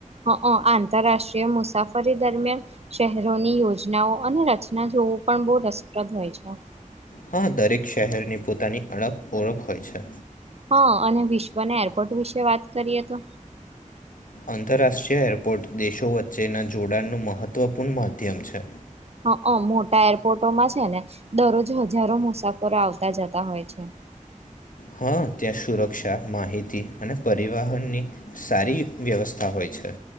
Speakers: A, on the right; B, on the left.
A: હ આંતરરાષ્ટ્રીય મુસાફરી દરમિયાન શહેરોની યોજનાઓ અને રચના જોવું પણ બહુ રસપ્રદ હોય છે.
B: હા દરેક શહેરની પોતાની અળખ ઓળખ હોય છે.
A: હ અને વિશ્વના એરપોર્ટ વિશે વાત કરીએ તો.
B: આંતરરાષ્ટ્રીય એરપોર્ટ દેશો વચ્ચેના જોડાણનું મહત્વપૂર્ણ માધ્યમ છે.
A: હ મોટા એરપોર્ટોમાં છે ને દરરોજ હજારો મુસાફરો આવતા જતા હોય છે.
B: હા ત્યાં સુરક્ષા માહિતી અને પરિવહનની સારી વ્યવસ્થા હોય છે.